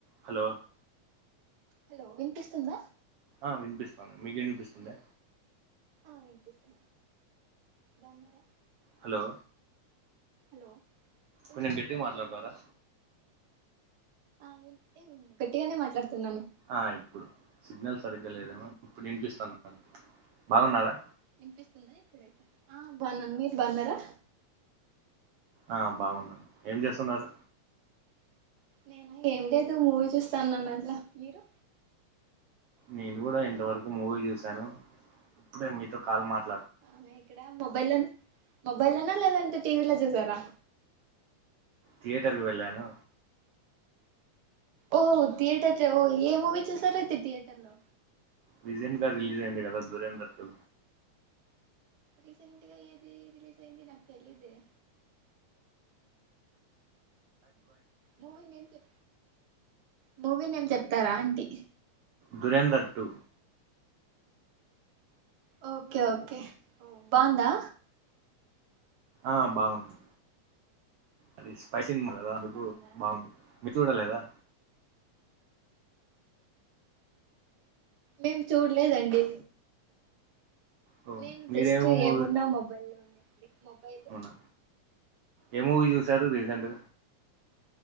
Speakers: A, on the right; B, on the right.
A: hello
B: hello వినిపిస్తుందా
A: ఆ వినిపిస్తాంది మీకి వినిపిస్తుందా
B: ఆ వినిపిస్తు బాన్నార
A: హలో
B: హలో వినపడట్లేదా
A: కొంచెం గట్టిగా మాట్లాడతారా
B: ఆ గట్టిగానే మాట్లాడుతున్నాను
A: ఆ ఇప్పుడు సిగ్నల్ సరిగ్గా లేదేమో ఇప్పుడు వినిపిస్తాను బాగున్నారా
B: వినిపిస్తుందా ఇప్పుడైతే ఆ బాన్నా మీరు బాన్నారా
A: ఆ బాగున్న ఏం చేస్తున్నారు
B: నేను ఏం లేదు మూవీ చూస్తాన్నాను అట్లా మీరు
A: నేను కూడా ఇంతవరకు మూవీ చూసాను ఇప్పుడే మీతో కాల్ మాట్
B: అవునా ఇక్కడ మొబైల్ మొబైల్నా లేదంటే టీవీలో చూసారా
A: థియేటర్కి వెళ్ళాను
B: ఓ థియేటర్ ఓ ఏ మూవీ చూశారయితే థియేటర్ లో
A: విజన్ క రిలీజ్ అయింది కదా దురంధర్ టు
B: రీసెంట్గా ఏది రిలీజ్ అయింది నాకి తెలీదే మూవీ ఏ మూవీ నేమ్ చెప్తారా అంటి
A: దురంధర్ టు
B: ఓకే ఓకే బాగుందా
A: ఆ బాగుంది అది స్పై సినిమా కదా అందుకు
B: బాగుందా
A: బాగుంది మీరు చూడలేదా
B: మేం చూడలేదండి
A: ఓ
B: నేను
A: మీరేమో
B: జస్ట్
A: మూవీ
B: ఏమున్నా మొబై లోనే మొబైల్
A: అవునా ఏ మూవీ చూసారు రీసెంట్